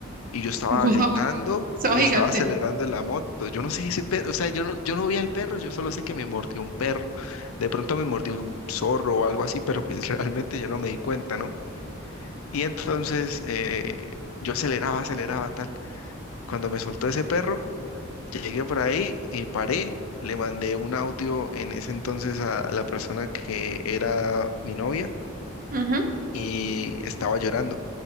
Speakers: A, on the left; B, on the right.
A: y yo estaba
B: Wow,
A: gritando
B: <laughs> estaba
A: y
B: gigante.
A: estaba acelerando en la moto. Yo no sé si perro, o sea, yo no, yo no vi al perro, yo solo sé que me mordió un perro. De pronto me mordió un zorro o algo así, pero pues <laughs> realmente yo no me di cuenta, ¿no? Y entonces eh, yo aceleraba, aceleraba tal. Cuando me soltó ese perro, llegué por ahí y paré. Le mandé un audio en ese entonces a la persona que era mi novia
B: Ujú,
A: y estaba llorando.